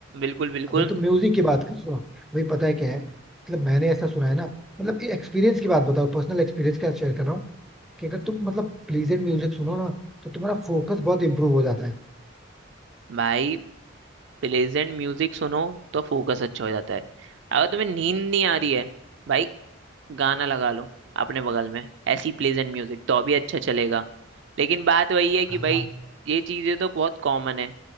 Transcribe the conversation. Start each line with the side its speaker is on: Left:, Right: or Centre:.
Right: बिल्कुल बिल्कुल
Centre: अभी तो म्यूजिक की बात कर सुना अभी पता है क्या है मतलब मैंने ऐसा सुना है ना मतलब ये एक्सपीरियंस की बात बताओ पर्सनल एक्सपीरियंस का शेयर कर रहा हूँ कि अगर तुम मतलब प्लीजेंट म्यूजिक सुनो ना तो तुम्हारा फोकस बहुत इंप्रूव हो जाता है
Right: भाई प्लेजेंट म्यूजिक सुनो तो फोकस अच्छा हो जाता है अगर तुम्हें नींद नहीं आ रही है भाई गाना लगा लो अपने बगल में ऐसी प्लेजेंट म्यूजिक तो अभी अच्छा चलेगा लेकिन बात वही है कि
Centre: हाँ
Right: भाई ये चीजें तो बहुत कॉमन है